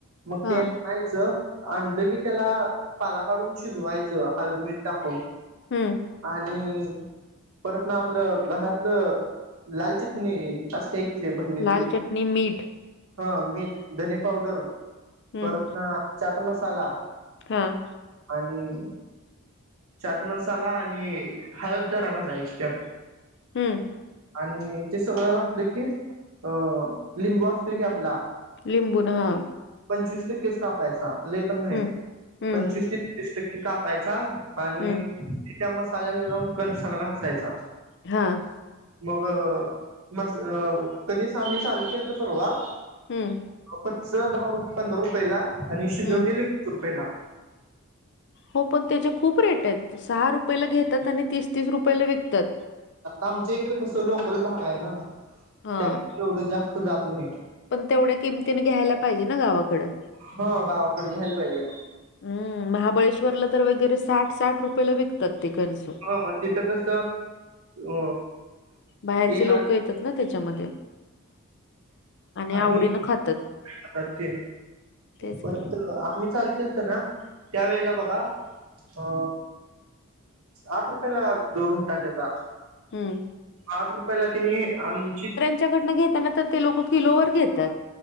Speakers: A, on the right; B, on the left.
A: मग
B: हां.
A: ते आणायचं,, आणलं की त्याला,, पाला काढून शिजवायचं,, हळद, मिंठऽ टाकून.
B: हम्म,
A: आणि,, परत नं आपलं,, घरातली लाल चटणी असत्या ऽ हे बरणीतली,
B: लाल चटणी, मीठ.
A: हा, मीठ, धने पावडर,
B: हं.
A: परत नऽ चाट मसाला.
B: हां,
A: आणिऽ चाट मसाला आणि,,, हळद जरा घा लायची त्यात.
B: हम्म,
A: आणि ते सगळं घाटलं की,, अ,, लिंबू असतोय की आपला.
B: लिंबुून हां,,
A: पंचवीस टक्केच कापायचा,, लय पण नाही,,
B: हं. हं.
A: पंचवीस ते तीस टक्के चं कापायचा. आणि
B: हं.
A: ती त्या मसाल्याला लावून,, कणसाला घासायचा.
B: हां,
A: मग मसरं, कनीस आम्ही चालू केल त परवाऽ
B: हम्म,
A: कच्च दहा रु पंधरा रुपयेला,, आणि शिजवलेले
B: हं.
A: वीस रुपयेला.
B: हो, पण त्याचे खूप रेट आहेत. सहा रुपयेला घेतात आणि तीस-तीस रुपयेला विकतात.
A: आमच्या इकडे कसं लोकल भाग आहे ना,
B: हां.
A: त्यात एवढं जास्त जात नाहीत.
B: पण तेवढ्या किमतीने घ्यायला पाहिजे ना, गावाकडं.
A: हा गावाकडं, घ्यायला पायजेल.
B: हम्.. महाबळेश्वरला तर वगैरे साठ-साठ रुपयेला विकतात ते कनस.
A: हो,, म तिथं कस,, अ
B: बाहेरचे
A: येणारऽ
B: लोक
A: <unintelligible>
B: येतात ना त्याच्यामध्ये. आवडीनं
A: आणि,,
B: खातात
A: अं,, ते,
B: तेच
A: परतऽ
B: की
A: <unintelligible> आम्ही चालू केलत ना, त्यावेेळेला बघा, अ... आठ रुपयेला दर हुता त्येचा.
B: हम्म.
A: आठ रुपयाला तिने, आमची-
B: आमच्याकडन घेताना तर ते लोकं किलोवर घेतात.